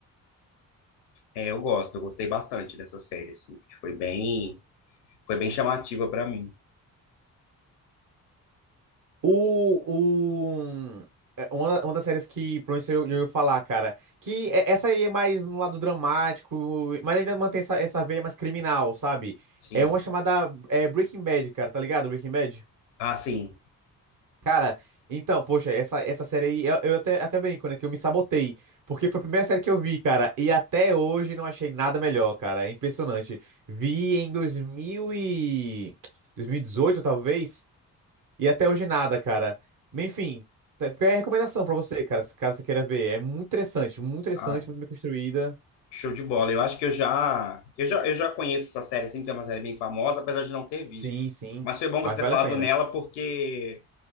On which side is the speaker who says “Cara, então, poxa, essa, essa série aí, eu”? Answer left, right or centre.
Right